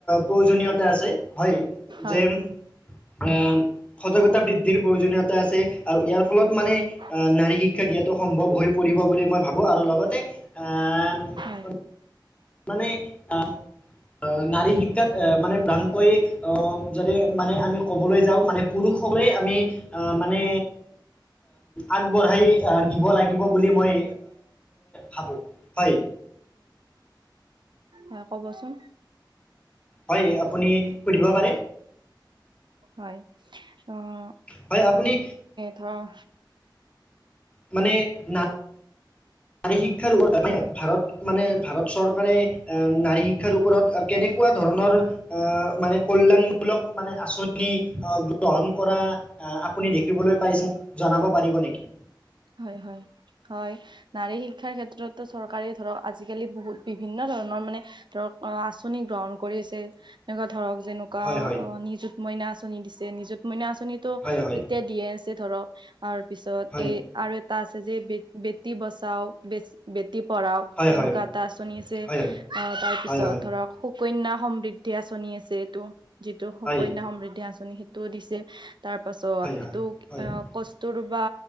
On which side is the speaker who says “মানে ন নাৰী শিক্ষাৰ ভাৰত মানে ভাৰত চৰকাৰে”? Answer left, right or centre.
Left